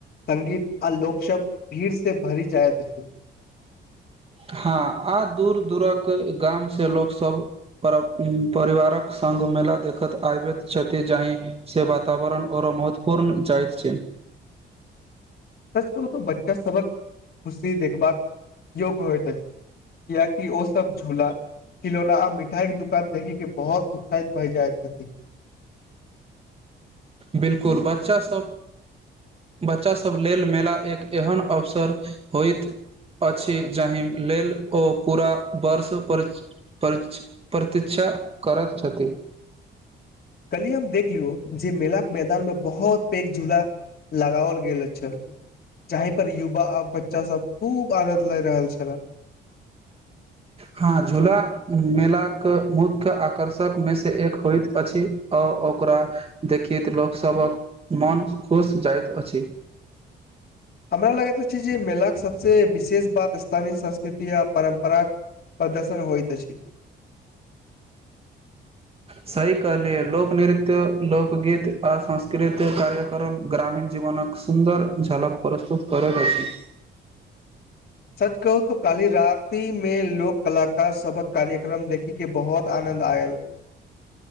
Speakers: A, on the left; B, on the right.
A: संगीत आ लोकशब्द भीड़ से भरि जाइत
B: हँ आ दूर दूरक गाम से लोक सब पर परिवारक सङ्ग मेला देखैत आबैत छथि जाहि से वातावरण ओरो महत्वपूर्ण जाइत छै
A: सच कहू त बच्चा सबक खुशी देखभाल योग्य होइत अछि कियाकि ओ सब झूला खिलौना आ मिठाई के दुकान देखी के बहुत उत्साहित भए जाय छथिन <inaudible>
B: बिलकुल बच्चासभ बच्चासभ लेल मेला एक एहन अवसर होइत अछि जाहि लेल ओ पूरा वर्ष परिक्ष परिक प्रतिक्षा करत छथि
A: <unintelligible> कल्हि हम देख जे मेला के मैदान मे बहुत पेघ झूला लगाओल गेल छल जहीं पर युवा आ बच्चा सभ खूब आनद लए रहल छले
B: हँ झूला मेला के मुख्य आकर्षक मे से एक होइत अछि आ ओकरा देखैत लोकसभक मन खुश जाइत अछि
A: हँ हमरा लगैत छै जे मेलाके सबस विशेष बात स्थानीय संस्कृति य परम्पराक प्रदर्शन होइ त छै
B: सही कहलियै लोकनृत्य लोकगीत आ संस्कृत कार्यक्रम ग्रामीण जीवन सुन्दर झलक प्रस्तुत करैत अछि
A: <unintelligible> सच कहू त कालहि रतिमे लोक कलाकार सबक कार्यक्रम देखि के बहुत आनन्द आयल